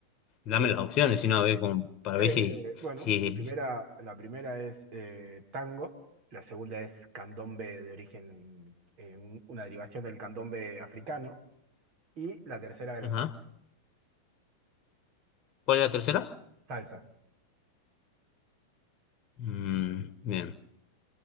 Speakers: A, on the left; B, on the right.
A: dame las opciones, si no, a ver, como para
B: Eh,
A: ver si...
B: bueno,
A: si...
B: la primera, la primera es eh, tango, la segunda es candombe de origen, eh, un- una derivación del candombe africano, y la tercera de
A: Ajá.
B: la salsa.
A: ¿Cuál es la tercera?
B: Salsa.
A: Mm, bien,